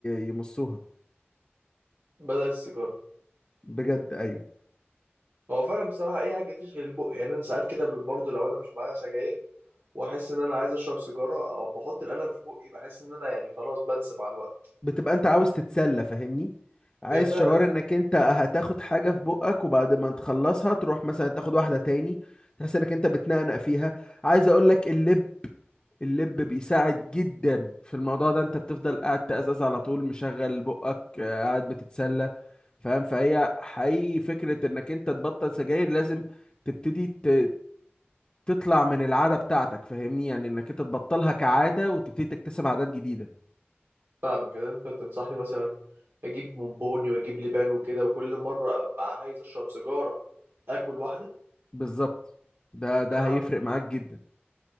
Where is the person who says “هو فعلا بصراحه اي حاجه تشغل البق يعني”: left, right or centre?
Right